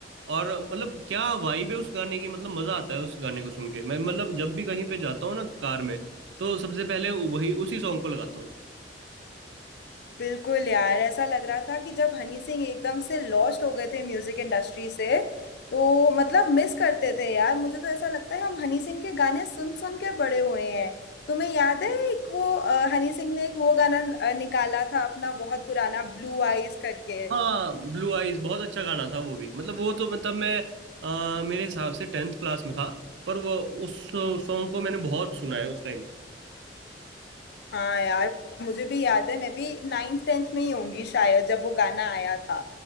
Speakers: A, on the right (about 70°); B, on the left (about 60°).
A: और मतलब क्या वाइब है उस गाने की मतलब मजा आता है उस गाने को सुन के मैं मतलब जब भी कहीं पे जाता हूँ ना कार में तो सबसे पहले वही उसी सॉन्ग को लगाता हूँ
B: बिल्कुल यार ऐसा लग रहा था कि जब हनी सिंह एकदम से लॉस्ट हो गए थे म्यूजिक इंडस्ट्री से तो मतलब मिस करते थे यार मुझे तो ऐसा लगता है हम हनी सिंह के गाने सुन सुन के बड़े हुए हैं तुम्हें याद है एक वो अ, हनी सिंह ने एक वो गाना अ, निकाला था अपना बहुत पुराना ब्लू आईज करके
A: हाँ ब्लू आइज बहुत अच्छा गाना था वो भी मतलब वो तो मतलब मैं अ, मेरे हिसाब से टेंथ क्लास में था पर वो उस सॉन्ग को मैंने बहुत सुना है उस टाइम
B: हाँ यार मुझे भी याद है मैं भी नाइन्थ टेंथ में ही होंगी शायद जब वो गाना आया था